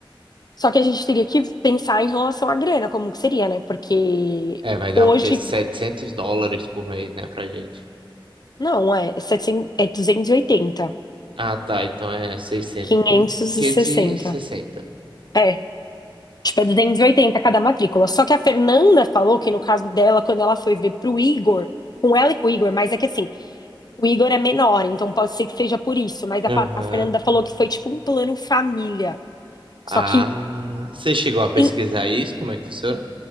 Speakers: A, on the left; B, on the right.
A: só que a gente teria que pensar em relação à grana, como que seria, né? Porque
B: É, vai dar
A: hoje,
B: o quê? setecentos dólares por mês, né, pra gente.
A: não, é, 700, é duzentos e oitenta
B: Ah, tá, então é 600,
A: quinhentos
B: hum, 560.
A: e sessenta É. Tipo, é 280 cada matrícula. Só que a Fernanda falou que no caso dela, quando ela foi ver pro Igor, com ela e com o Igor, mas é que assim, o Igor é menor, então pode ser que seja por isso. Mas a,
B: Aham.
A: fa- a Fernanda falou que foi tipo um plano família.
B: Ah,
A: Só que,
B: você chegou a pesquisar
A: em-
B: isso? Como é que funciona?